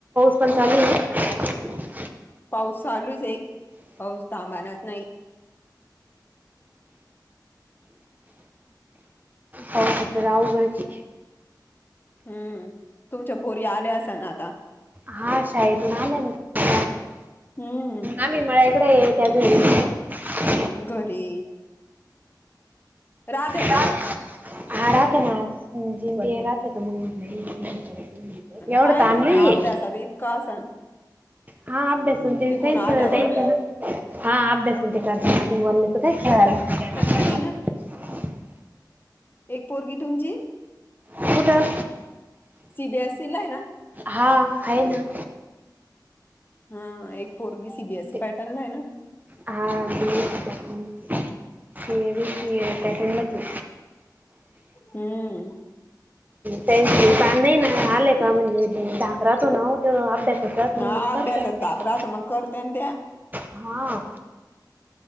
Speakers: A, on the right; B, on the left.
A: पंचालीय.
B: पाऊस चालूचे पाऊस थांबानाच नाय
A: पावसाचतर आवघडचे
B: हम्म तुमच्या पोरी आल्या असा ना आता
A: हा शाळेतून आले ना
B: हम्म
A: आम्ही मळ्या इकडे त्या घरी
B: घरी र्हाते
A: हा
B: का त्या
A: हा राहते ना आज म्हणल ते राहते मग एवढं
B: काय
A: तनलई
B: त्यांना अभ्यासात इतका असन
A: हा अभ्यास
B: तिकून
A: तेेच
B: आल्यावर
A: अं तेच हा अभ्यास ते करतात राती बोल्ले तन ते खेळायला
B: कधी न
A: <unintelligible>
B: एक पोरगी तुमची
A: कुठं
B: सीबीएसई ला आहे ना
A: हा हाय ना
B: हा एक पोरगी सीबीएस
A: ते
B: पॅटनला हाय ना
A: हा सीबीएस पॅटर्न मध्ये सीएबीसीए पॅटर्न मधी
B: हम्म
A: त्यांपी पॅन नाही ना आले का म्हणज. ढाकरात हो ना ते अभ्यासात न
B: हा
A: मग
B: अभ्यासात
A: करतात.
B: धाक राहतो मग करत्या ना त्या
A: हा